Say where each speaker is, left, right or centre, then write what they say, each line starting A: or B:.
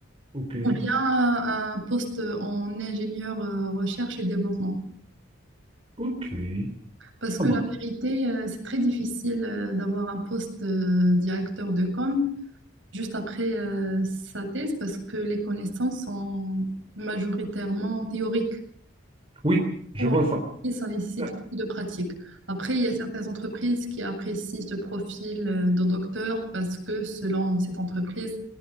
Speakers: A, on the right (about 25°); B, on the right (about 65°).
A: Ok.
B: ou bien euh, un poste en ingénieur euh, recherche et développement.
A: Ok.
B: Parce que
A: Ça marche.
B: la vérité, euh, c'est très difficile euh, d'avoir un poste euh, directeur de com juste après euh, sa thèse parce que les connaissances sont majoritairement théoriques.
A: Oui, je
B: beaucoup
A: vois
B: en entreprise,
A: ça.
B: ça nécessite
A: Euh,
B: beaucoup de pratique. Après, il y a certaines entreprises qui apprécient ce profil euh, de docteur parce que selon cette entreprise,